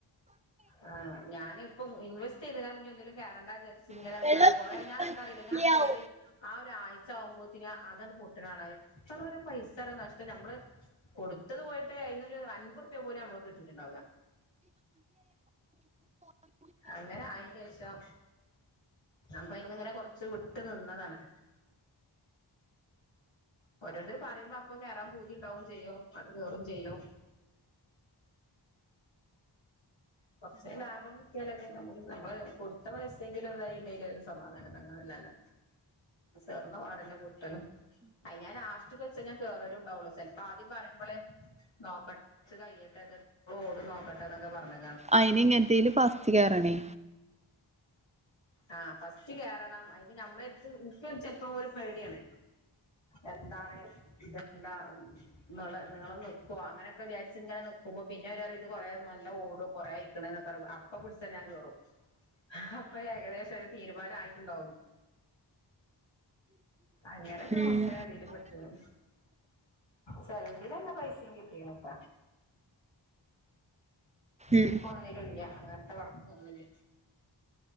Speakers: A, on the left; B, on the right.
A: ആ ഞാന് പ്പോ ഇൻവെസ്റ്റ് ചെയ്ത്കാണ്ടാഞ് എന്തെങ്കിലും കേറണ്ടന്ന് വിചാരിച്ച്
B: ഉണ്ട്
A: എന്നാണ് കൊറെ ഞാൻ എന്താറിയില്ല ഞാൻ കേറി ആ ഒരാ ചാവുമ്പോത്തിന് അതാണ്ട് പൊട്ട്ണാണ എത്ര പൈസാ രൊ നഷ്ടം നമ്മള് കൊടുത്തത് പോ ഹേ അയിന്നൊരു അൻബുർപ്യ പോലും നമ്മക്ക്‌ കിട്ടിട്ടുണ്ടാവില്ല അങ്ങനെ ആയിന്റേഷം അപ്പം ഇന്ങ്ങനെ കൊറ്ച്ച് വിട്ട് നിന്നതാണ് ഓരോർത്തര് പറയുമ്പോ അപ്പ കേറാൻ ഭൂതിണ്ടാവും ചെയ്യും അത് വെറും ചെയ്യും കൊറ്ച് ലാഭം കിട്ടിയാലൊ നമ്ള് കൊടുത്ത പയ്സെങ്കിലും എന്തായിണ്ടെല് സമാധാനം തകൾ സെറിന്റെ വാഡിലാ കുട്ടനും അയ് ഞാൻ ലാസ്റ്റ് ബസ്സിനാ കെറല്ണ്ടാവുള്ളു ചെല്പ്പോ ആദ്യം പറയിമ്പളെ നോക്കട്ടെ കൊറച്ച് കരിയാട്ടെ റോഡ് ന്നൊക്കട്ടെന്നക്ക പറഞ്
B: അയ്ന് ഇങ്ങൻത്തില് ഫാസ്റ്റ് കെറണേ
A: ആ ഫസ്റ്റ് കേറണം അയ്ന് ഞമ്മളട്ത്ത് നിക്ക് ചെലപ്പോ ഒരു പേടിയാണ് എന്താണ് ഇതെന്താ ഇങ്ങള് ഇങ്ങള് നിക്കോ അങ്ങനെയൊക്കെ വിചാരിചിങ്ങനെ നി കുമ്പ പിന്നെ ഒരു ഇത് കൊറേ നല്ല ഓടും കൊറേ ആയിക്ണ്ന്നോക്കെ അപ്പ പിടിച്ച് ഞാൻ കേറും അപ്പ ഏകദേശം ഒരു തീരുമാനായിട്ടുണ്ടാവും അങ്ങനൊക്കെ
B: ഉം
A: കൊറെ തീല് പെട്ട്ണ് ചെലതീല് നല്ല പൈസിം കിട്ടീന്പ്പ
B: ഉം
A: ഇപ്പ ഒന്നുലുല്ല അങ്ങൻത്തെ വർക്കോന്നുല്ല